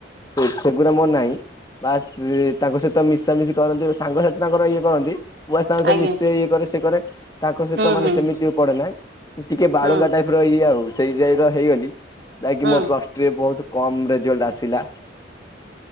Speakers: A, on the left; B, on the right.
A: ସେଗଡା ମୋର ନାହିଁ। ବାସ୍ ତାଙ୍କ ସହିତ ମିଶାମିଶି କରନ୍ତି ସାଙ୍ଗ ସାଥି ତାଙ୍କର ଇଏ କରନ୍ତି। ମୁ ବାସ୍ ତାଙ୍କ ସହିତ
B: ଆଜ୍ଞା
A: ମିଶେ ଇଏ କରେ ସେ କରେ ତାଙ୍କ ସହିତ
B: ହୁଁ
A: ମାନେ
B: ହୁଁ
A: ସେମିତି ପଡେନା ଟିକେ ବାଳୁଙ୍ଗା
B: ହୁଁ
A: ଟାଇପ ପିର ଇଏ ଆଉ ସେଇ ଯ ହେଇଗଲି ଯାହାକି
B: ହୁଁ
A: ମୋ ପ୍ଲସ ଟୁରେ ବୋହୁତ କମ ରେଜଲ୍ଟ ଆସିଲା।